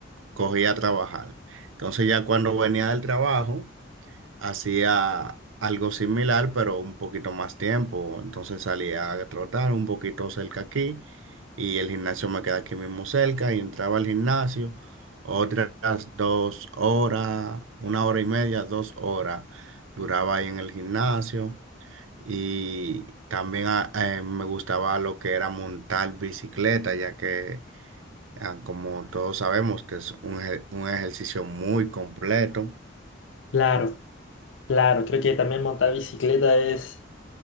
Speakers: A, on the right; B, on the left.
A: cogía a trabajar. Entonces ya cuando venía del trabajo hacía algo similar, pero un poquito más tiempo. Entonces salía a trotar un poquito cerca aquí y el gimnasio me queda aquí mismo cerca y entraba al gimnasio otras dos horas, una hora y media, dos horas duraba ahí en el gimnasio y también ah, eh, me gustaba lo que era montar bicicleta, ya que ah, como todos sabemos que es un, ejer- un ejercicio muy completo.
B: Claro, claro. Creo que también montar bicicleta es